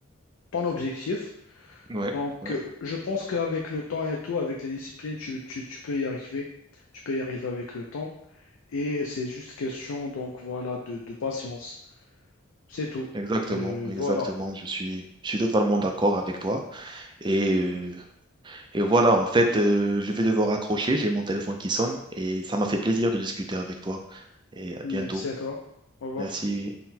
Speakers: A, on the left; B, on the right.
A: ton objectif.
B: ouais,
A: Donc,
B: ouais.
A: euh, je pense qu'avec le temps et tout, avec les disciplines, tu, tu- tu peux y arriver. Tu peux y arriver avec le temps. Et c'est juste question, donc voilà, de, de patience. C'est tout.
B: Exactement,
A: Euh,
B: exactement.
A: voilà.
B: Je suis, je suis totalement d'accord avec toi. Et, euh, et voilà, en fait, euh, je vais devoir accrocher. J'ai mon téléphone qui sonne et ça m'a fait plaisir de discuter avec toi. Et à
A: Merci
B: bientôt.
A: à toi. Au revoir.
B: Merci.